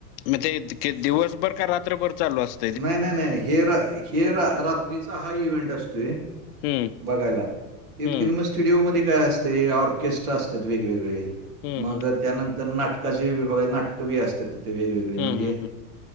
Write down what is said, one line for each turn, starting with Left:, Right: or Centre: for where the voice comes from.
Left: मी ते दिवसभर
Right: तर
Left: का रात्रभर चालू असतं.
Right: नाही - नाही - नाही - नाही हे हे रात्रीचा हा इव्हेंट असतोयं.
Left: हम्म
Right: बघायला हे
Left: हम्म
Right: फिल्मचं. स्टुडिओ मध्ये काय असते ऑर्केस्ट्रा असतात वेगवेगळे
Left: हम्म
Right: मग - त्यानंतर नाटकाचे नाटकं बी असतात तिथे वेगवेगळे म्हणजे
Left: हम्म हम्म